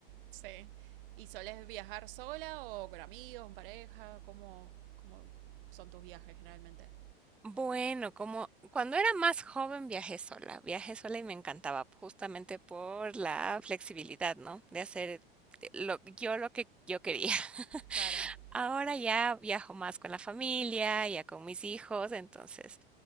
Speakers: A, on the right; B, in the centre.
A: sí. ¿Y solés viajar sola o con amigos, en pareja? ¿Cómo, cómo son tus viajes generalmente?
B: Bueno, como cuando era más joven viajé sola, viajé sola y me encantaba justamente por la flexibilidad, ¿no? De hacer lo, yo lo que yo quería. <laughs>
A: Claro.
B: Ahora ya viajo más con la familia, ya con mis hijos, entonces,